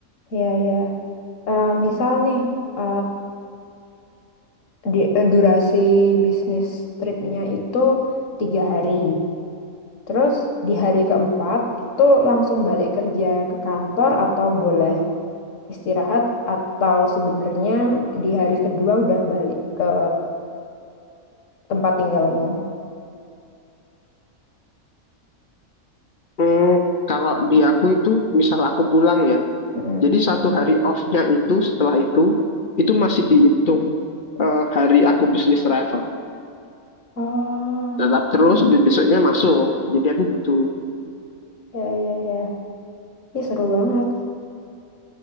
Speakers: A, on the left; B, on the left.
A: ya ya. Eh, misal nih, eh, di, eh, durasi bisnis tripnya itu tiga hari. Terus di hari keempat itu langsung balik kerja ke kantor atau boleh istirahat atau sebenarnya di hari kedua udah balik ke tempat tinggalmu.
B: Hmm, kalau di aku itu, misal aku pulang ya,
A: Mm.
B: jadi satu hari off-nya itu setelah itu, itu masih dihitung eh, hari aku bisnis travel.
A: Oh,
B: Tetap terus be- besoknya masuk, jadi aku gitu.
A: ya ya ya. Ih, seru banget.